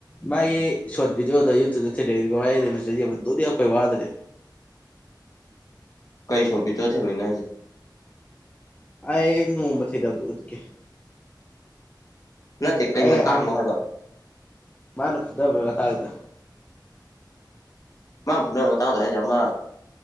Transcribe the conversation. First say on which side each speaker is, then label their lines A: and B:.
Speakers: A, on the left; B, on the left.
A: ꯃꯥꯒꯤ ꯁꯣꯔꯠ ꯚꯗꯤꯑꯣꯗꯣ ꯌꯨꯇꯨꯕꯇ ꯊꯅ ꯌꯥꯝ ꯐꯩ ꯋꯥꯗꯗ
B: ꯀꯩ ꯁꯣꯔꯄꯤ ꯆꯠꯊꯕꯅꯤꯅꯁꯦ
A: ꯑ ꯃ ꯊꯗꯧꯗ ꯎꯠꯀꯦ
B: ꯅꯠꯇꯦ ꯀꯩ
A: ꯑꯩ
B: ꯃꯇꯥꯡꯅꯣ
A: ꯍꯥꯏ
B: ꯍꯥꯏꯕ
A: ꯃꯥꯅ ꯐꯨꯊꯕ꯭ꯔꯇꯥꯏꯗ
B: ꯃꯥ ꯐ ꯅꯪ ꯃꯇꯥꯡꯗ ꯍꯥꯏꯖꯃ